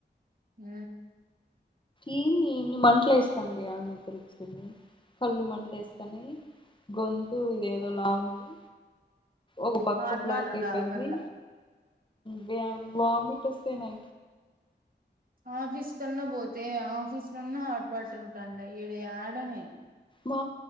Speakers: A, on the right; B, on the left.
A: హ
B: ఈ మంటలు వేస్తాండి అవన్నద్ద్ర వచ్చింది కళ్ళు మంట వేస్తాని గొంతు ఇదిదో లా ఉంది ఒక పక్క
A: హాట్
B: బ్లాక్
A: వాటర్
B: అయిపోయింది
A: తాగల్ల
B: వ వమిట్ అే నా
A: ఆఫీస్ కన్నా పోతే ఆఫీస్ లోన్నా హాట్ వాటర్ ఉంటండ ఈడ ఆడనే
B: మా